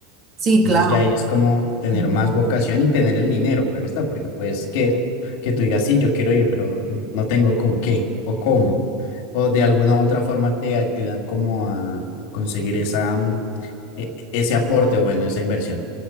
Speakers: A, on the right (about 35°); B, on the left (about 65°).
A: Sí,
B: Entonces
A: claro.
B: ya ahí es como tener
A: Ujú.
B: más vocación y tener el dinero, claro está, porque pues que, que tú digas, sí, yo quiero ir, pero no tengo con qué o cómo, o de alguna otra forma te ayudan como a conseguir esa, mm, e- ese aporte o bueno, esa inversión.